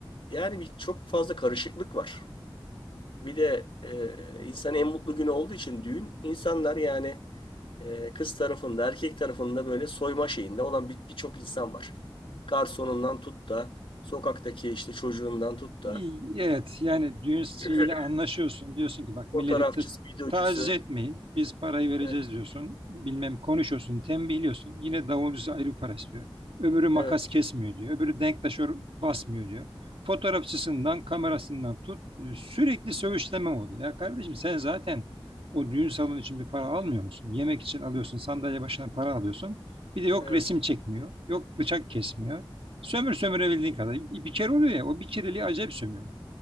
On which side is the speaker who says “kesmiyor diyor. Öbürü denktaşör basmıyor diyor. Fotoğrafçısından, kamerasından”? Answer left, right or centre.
Right